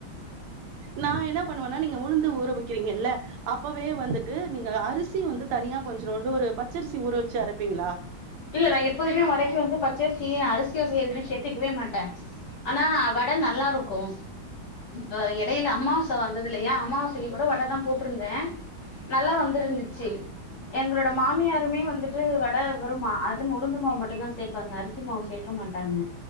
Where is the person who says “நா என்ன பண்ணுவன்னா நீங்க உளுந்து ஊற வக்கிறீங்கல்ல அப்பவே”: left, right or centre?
Right